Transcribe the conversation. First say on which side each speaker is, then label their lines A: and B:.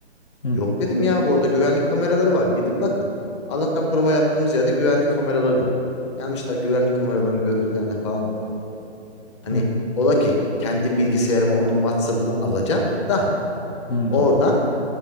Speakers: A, on the left (about 55°); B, on the left (about 25°).
A: Hı
B: Yok dedim ya bu arada güvenlik kameraları var. Gidin bakın. Allah'tan prova yaptığımız yerde güvenlik kameraları da var. Gelmişler güvenlik kameralarının görüntülerine falan da baktılar. Hani
A: hı.
B: ola ki kendi bilgisayarıma onun WhatsApp'ını alacağım da
A: Hı.
B: oradan